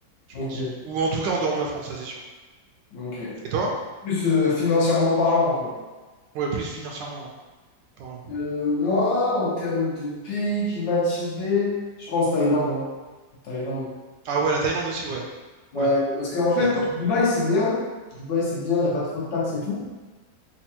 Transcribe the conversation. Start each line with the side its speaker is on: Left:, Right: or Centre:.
Right: je
Left: Ok.
Right: pense. Ou en tout cas en dehors de la France, ça c'est sûr.
Left: Ok.
Right: Et toi?
Left: Plus euh, financièrement parlant, quoi.
Right: Ouais, plus financièrement, ouais. Pardon.
Left: Euh, moi, en termes de pays qui m'attirait, je pense Thaïlande. hein. Thaïlande.
Right: Ah ouais, la Thaïlande aussi, ouais.
Left: Ouais,
Right: Ouais,
Left: parce qu'en
Right: je
Left: fait,
Right: suis d'accord.
Left: Dubaï, c'est bien. Dubaï, c'est bien, il n'y a pas trop de taxes et tout.